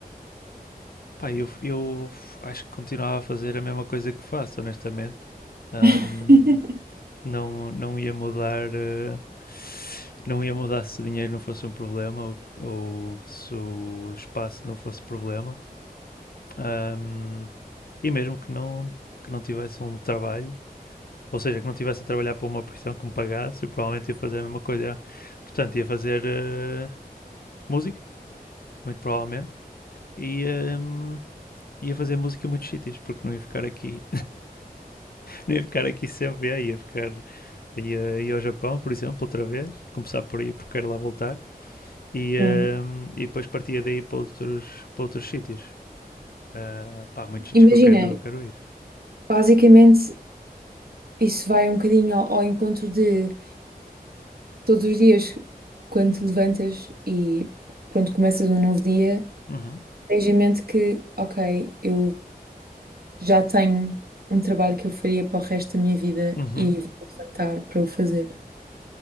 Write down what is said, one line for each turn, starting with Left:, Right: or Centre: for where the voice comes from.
Left: Pá, eu, eu acho que continuava a fazer a mesma coisa que faço, honestamente. Ahm,
Right: <laughs>
Left: não, não ia mudar, eh, não ia mudar se o dinheiro não fosse um problema ou, ou se o espaço não fosse problema. Ahm, e mesmo que não, que não tivesse um trabalho, ou seja, que não tivesse a trabalhar para uma profissão que me pagasse, eu provavelmente ia fazer a mesma coisa. Portanto, ia fazer eh, música, muito provavelmente, e ahm, ia fazer música em muitos sítios, porque não ia ficar aqui não ia ficar aqui sempre, ia, ia ficar ia, ia ao Japão, por exemplo, outra vez, começar por aí porque quero lá voltar e,
Right: Sim.
Left: hum, e depois partia daí para outros, para outros sítios. Ah, pá, muitos sítios
Right: Imagina,
Left: que eu quero, quero ir.
Right: basicamente. Isso vai um bocadinho ao, ao encontro de todos os dias, quando te levantas e pronto, começas um novo dia,
Left: Uhum.
Right: tens em mente que, ok, eu já tenho um trabalho que eu faria para o resto da minha vida
Left: Uhum.
Right: e vou levantar para o fazer.